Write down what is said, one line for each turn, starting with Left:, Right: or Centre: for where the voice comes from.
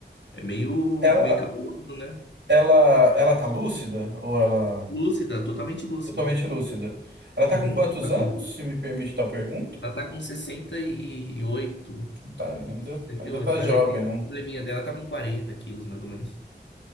Left: É meio,
Right: Ela,
Left: meio cabeludo, né?
Right: ela, ela tá lúcida? Ou ela.
Left: Lúcida, totalmente lúcida.
Right: Totalmente lúcida. Ela tá
Left: Uhum.
Right: com quantos
Left: Aqui.
Right: anos, se me permite tal pergunta?
Left: Ela tá com sessenta sessenta e oito,
Right: Tá, ainda,
Left: sessenta
Right: ainda
Left: e oito.
Right: tá
Left: mas
Right: jovem,
Left: aí tem a
Right: não?
Left: probleminha dela, tá com 40 quilos, mais ou menos.